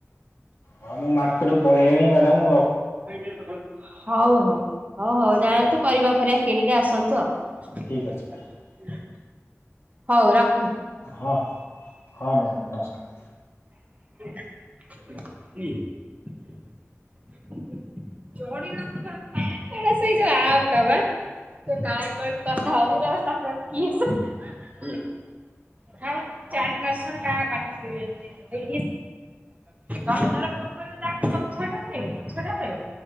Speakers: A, on the left; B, on the right.
A: ହଁ ମୁଁ ମାର୍କୁ ପଳେଇଲିଣି ମ୍ୟାଡାାମ ମୁ
B: ହଉ ହଉ ହଉ ହଉ ହଉ ଯାଣନ୍ତୁ
A: ଆଉ
B: କରିବା ଫିବା କିଣିକି ଆସନ୍ତୁ ଆଉ
A: ଠିକ୍ ଅଛି ମ୍ୟାଡ଼ାମ
B: ହଉ ରଖ
A: ହଁ ହଁ ନ ନମସ୍କାର
B: ହଁ ଥା ହଉ ତି ଚାରି ପାଞ୍ଚ ହରେ ଗାଁ ପାଠ ଜ ଅ ତମେ ତର ଫୋ କରିବ ଯାହା ତମେ ଛଟା ଖବ ତମେ ଛଟା ଖବ